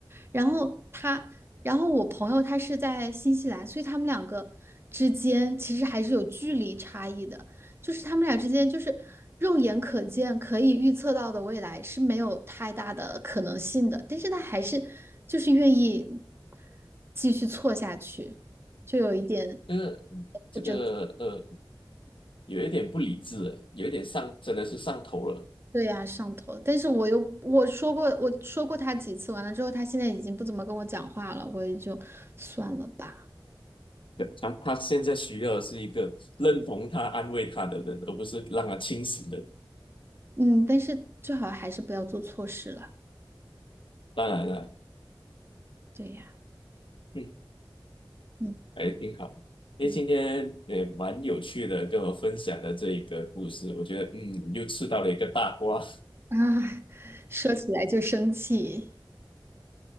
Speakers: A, on the right; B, on the left.
A: 然后他，然后我朋友他是在新西兰，所以他们两个之间其实还是有距离差异的，就是他们俩之间就是肉眼可见可以预测到的未来是没有太大的可能性的，但是他还是就是愿意继续错下去，就有一点
B: 这个这个呃，
A: 不争气
B: 有一点不理智了有一点上，真的是上头了。
A: 对呀，上头。但是我又我说过，我说过他几次，完了之后，他现在已经不怎么跟我讲话了，我也就算了吧。
B: 对，他他现在需要的是一个认同他、安慰他的人，而不是让他清醒的。
A: 嗯，但是最好还是不要做错事了。
B: 当然了，
A: 对呀，
B: 嗯，
A: 嗯，
B: 还挺好。因为今天也蛮有趣的，
A: 对
B: 跟我分享的这一个故事，我觉得嗯，又吃到了一个大瓜。
A: 啊，<laughs> 说起来就生气。